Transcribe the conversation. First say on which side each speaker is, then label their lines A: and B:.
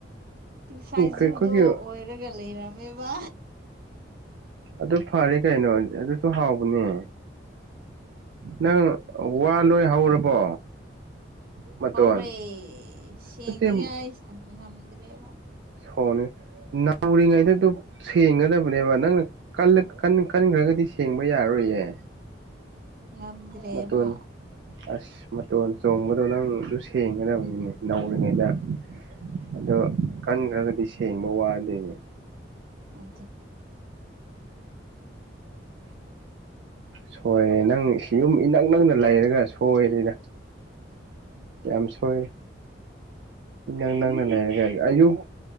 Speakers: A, on the right; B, on the right.
A: ꯁꯥꯏꯖꯨꯗꯣ
B: ꯑꯩꯈꯣꯏꯒꯤ
A: ꯑꯣꯏꯔꯒ ꯂꯩꯔꯝꯃꯦꯕ
B: ꯑꯗꯨ ꯐꯔꯦ ꯀꯩꯅꯣ ꯑꯗꯨꯁꯨ ꯍꯥꯎꯕꯅꯦ ꯅꯪ ꯋꯥ ꯂꯣꯏ ꯍꯧꯔꯕꯣ ꯃꯇꯣꯟ
A: ꯍꯧꯔꯦ ꯁꯦꯡꯅꯤꯡꯉꯥꯏ
B: ꯅꯠꯇꯦ
A: ꯉꯝꯗ꯭ꯔꯦꯕ
B: ꯊꯅꯤ ꯅꯥꯧꯔꯤꯉꯩꯗꯗ ꯁꯦꯡꯒꯗꯕꯅꯦꯕ ꯅꯪꯅ ꯀꯟꯈ꯭ꯔꯒꯗꯤ ꯁꯦꯡꯕ ꯌꯥꯔꯣꯏꯌꯦ
A: ꯉꯗ꯭ꯔꯦꯕ
B: ꯃꯇꯣꯟ ꯑꯁ ꯃꯇꯣꯟ ꯆꯣꯡꯕꯗꯣ ꯅꯪꯁꯨ ꯁꯦꯡꯒꯗꯕꯅꯤꯅꯦ ꯅꯧꯔꯤꯉꯩꯗ ꯑꯗꯣ ꯀꯟꯈ꯭ꯔꯒꯗꯤ ꯁꯦꯡꯕ ꯋꯥꯗꯣꯏꯅꯦ
A: ꯑ <inaudible>
B: ꯁꯣꯏꯔꯦ ꯅꯪ ꯌꯨꯝ ꯏꯅꯛ ꯅꯛꯅ ꯂꯩꯔꯒ ꯁꯣꯏꯔꯗ ꯌꯥꯝꯁꯨꯣꯏ
A: ꯎ
B: ꯅꯪ ꯅꯪꯅ ꯂꯩꯔꯒ ꯑꯌꯨꯛ